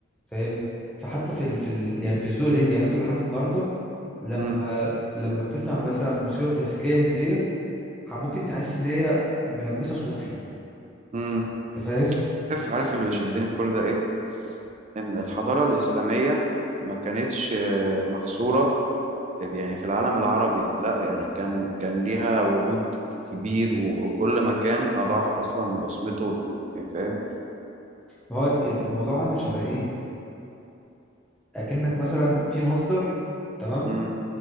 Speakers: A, in the centre; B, on the right (about 35°).
A: فاهم فحتى في ال... في ال... يعني في الذوق الهندي يعني مثلا لحد النهارده لما
B: مم.
A: لما بتسمع مثلا موسيقى كلاسيكيه هنديه ح- ممكن تحس ان هي ملمسه صوفي
B: مم.
A: انت فاهم
B: عارف عارف اللي بيشدني في كل ده ايه ان الحضارة الإسلامية ما كانتش آه، محصورة يعني في العالم العربي لا يعني كان كان ليها وجود كبير و- وكل مكان أضعاف أصلا بصمته يعني فاهم
A: ما هو ال- الموضوع عامل شبه ايه اكنك مثلا في مصدر تمام
B: مم.